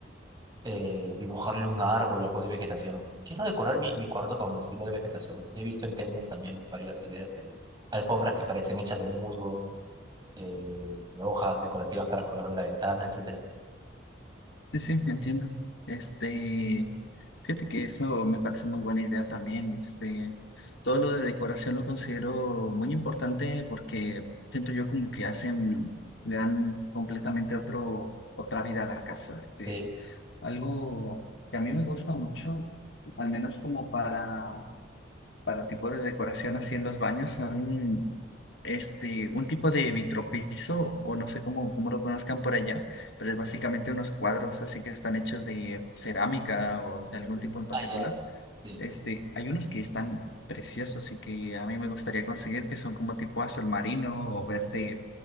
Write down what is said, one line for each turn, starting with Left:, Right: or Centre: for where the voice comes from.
Right: eh, dibujarle un árbol o algo de vegetación. Quiero decorar mi, mi cuarto con estilo de vegetación. He visto en Temu también varias ideas de alfombras que parecen hechas de musgo, eh, hojas decorativas para colgar de la ventana, etcétera.
Left: Sí, sí, entiendo. Este, fíjate que eso me parece muy buena idea también. Este, todo lo de decoración lo considero muy importante porque siento yo como que hacen, le dan completamente otro, otra vida a la casa. Este,
Right: Eh,
Left: algo que a mí me gusta mucho, al menos como para, para tipo de decoración así en los baños, son este, un tipo de vitropiso, o no sé cómo, cómo lo conozcan por allá, pero es básicamente unos cuadros así que están hechos de cerámica o de algún tipo en particular.
Right: ah, ya, sí.
Left: Este, hay unos que están preciosos y que a mí me gustaría conseguir, que son como tipo azul marino o verde,